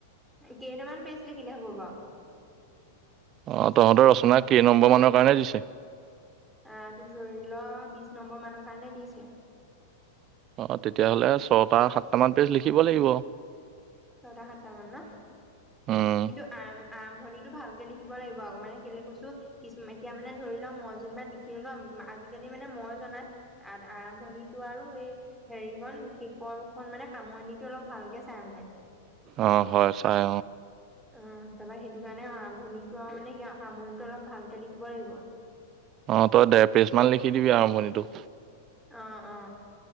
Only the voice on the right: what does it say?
অহ, তহতৰ ৰচনা কেই নম্বৰ মানৰ কাৰণে দিছে।
অ, তেতিয়াহ'লে ছটা সাতটামান পেজ লিখিব লাগিব।
উম
অ হয় চাই
অ, তই দেৰ পেজ মমান লিখি দিবি আৰম্ভণিটো।